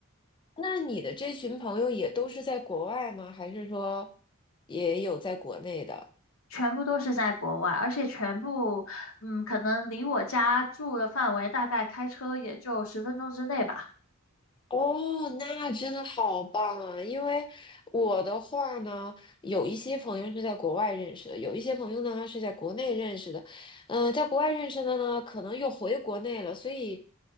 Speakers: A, on the left; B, on the left.
A: 那你的这群朋友也都是在国外吗？还是说也有在国内的？
B: 全部都是在国外，而且全部，嗯，可能离我家住的范围大概开车也就十分钟之内吧，
A: 哦，那真的好棒啊！因为我的话呢，有一些朋友是在国外认识的，有一些朋友呢是在国内认识的。嗯、在国外认识的呢，可能又回国内了，所以